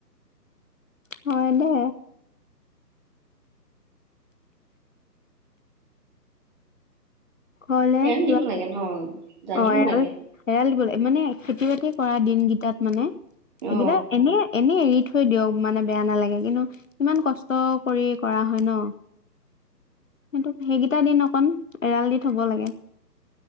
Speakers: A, on the left (about 50°); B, on the right (about 30°).
A: হয় দে ঘৰলে
B: ধ্যান দিব
A: যোৱা
B: লাগে ন জানিব
A: অ এৰাল
B: লাগে
A: এৰাল দিবলৈ মানে খেতি বাতি পৰা দিনকেইটাত মানে
B: অ
A: হেইগেটা এনে এনে থৈ দিয়ক মানে বেয়া নালাগে কিন্তু ইমান কষ্ট কৰি কৰা হয় ন সেইটো সেইকেইটা দিন অকন এৰাল দি থব লাগে